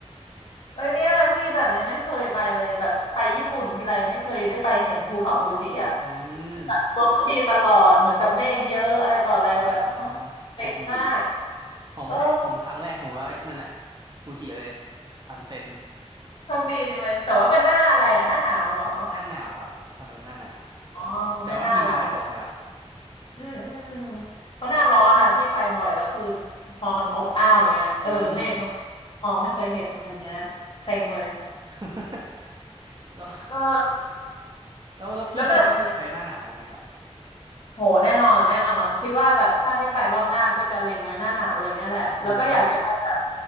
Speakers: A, on the left (about 50°); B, on the right (about 40°).
A: เอ้ยเนี่ยพี่แบบยังไม่เคยไปเลยแบบไปญี่ปุ่นทีไรไม่เคยได้ไปเห็นภูเขาฟูจิอ่ะ
B: อืม
A: ลมไม่ดีตลอดเหมือนกับเมฆเยอะอะไรต่ออะไรแบบโอ๊ยเซ็งมาก
B: อ่าโชคไม่ดีผมผมครั้งแรกผมก็นั่นแหละ
A: เออ
B: ฟูจิเลยออนเซ็น
A: โชคดีจังเลยแต่ว่าเป็นหน้าอะไรอ่ะหน้าหนาวเหรอ
B: หน้าหนาวครับตอนนั้นเป็นหน้าหนาว
A: อ๋อไม่น่าหลับ
B: แต่ว่าหิมะไม่ตกนะครับ
A: อืมอืมเพราะหน้าร้อนอ่ะพี่ไปบ่อยแล้วคือพอมันอบอ้าวอย่างเงี้ยเออเมฆมัน
B: อืม
A: มองไม่เคยเห็นอะไรเงี้ยเซ็งเลย
B: <laughs> แล้ว
A: เออ
B: แล้วแล้วพี่คิดว่าพี่จะไปหน้าหนาวบ้างไหมครับ
A: แล้วแบบ โหแน่นอนแน่นอนคิดว่าแบบถ้าได้ไปรอบหน้าก็จะเล็งไว้หน้าหนาวเลยเนี่ยแหละแล้วก็อยากจะไปแบบ
B: อืม